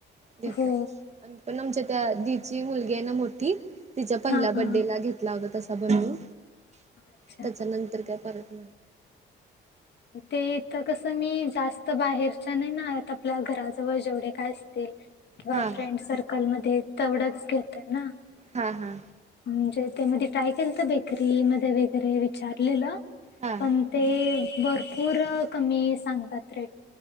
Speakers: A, on the right (about 35°); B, on the left (about 60°).
A: देतात
B: हो
A: पण आमच्या त्या दिची मुलगी आहे ना मोठी तिच्या पहिल्या
B: हा
A: बडेला
B: हा
A: घेत लागल तसा बनवू
B: अच्छा
A: त्याच्या नंतर काय परत
B: ते इथं कसं मी जास्त बाहेरच्या नाही ना आत आपल्या घराजवळ जेवढे काय असतील किंवा
A: हा
B: फ्रेंड सर्कल मध्ये तेवढंच घेतय ना
A: हा हा
B: म्हणजे त्यामध्ये ट्राय केल तर बेकरी मध्ये वगैरे विचारलेलं
A: हा
B: पण ते भरपूर कमी सांगतात ते